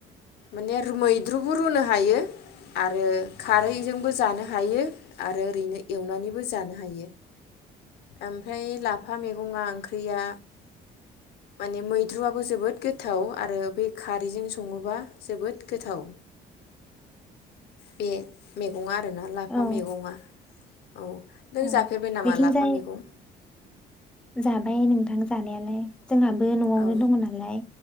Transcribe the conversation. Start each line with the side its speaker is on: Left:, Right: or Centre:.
Left: माने रु मैद्रुबो रुनो हायो। आरो खारैजोंबो जानो हायो। आरो ओरैनो एवनानैबो जानो हायो। ओमफ्राय लाफा मैगं बुङा ओंख्रिया माने मैद्रुआबो जोबोद गो गोथाव आरो बे खारैजों सङोबा जोबोद गोथाव बे मैगङा आरोना लाफा
Centre: औ
Left: मैगङा औ नों
Centre: औ
Left: जाफेरबाय नामा
Centre: बिथिंजाय
Left: लाफा? मा मैगं?
Centre: जाबाय नोंथां जानायालाय। जोंहाबो न'आवनो
Left: औ
Centre: दङ नालाय